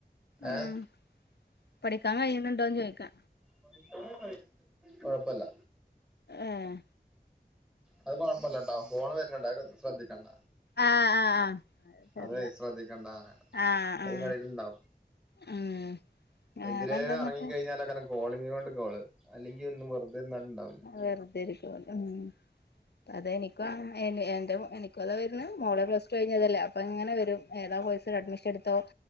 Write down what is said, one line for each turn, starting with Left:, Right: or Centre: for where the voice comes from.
Left: ഉം
Centre: ഏഹ്
Left: പഠിക്കാൻ കഴുന്നുണ്ടോന്ന് ചോയിക്കാ
Centre: പഠിക്കാൻ കഴിയുന്നുണ്ട് കൊഴപ്പല്ല
Left: ഏഹ്
Centre: അത് കുഴപ്പല്ല ട്ടോ ഫോണ് വരണുണ്ട് അത് ശ്രദ്ധിക്കണ്ട.
Left: ആഹ്, ആഹ്, ആഹ്. സാരല്ല
Centre: അതെ ശ്രദ്ധിക്കേണ്ടാറയാ
Left: ആഹ്
Centre: അതിനിടയിലുണ്ടാവും.
Left: ആഹ് ഉം. വേറെന്താന്നിട്ട്
Centre: എന്തിലേലും എറങ്ങി കഴിഞ്ഞാലേ കാരം കോളിങ്ങിനോട് കോള് അല്ലെങ്കി ഒന്നും വെറുതെ ഇരന്നാലും ഉണ്ടാവില്ല.
Left: വെറുതെരിക്കും അതെ എനി <unintelligible> എനിക്കതും വര്ന്നേ ക്ക എന്റെ എനിക്കതാവരുന്നേ മോള് പ്ലസ് ടു കഴിഞ്ഞതല്ലേ അപ്പങ്ങനെ വരും ഏതാ കോഴ്സിൽ അഡ്മിഷൻ എടു ത്തോ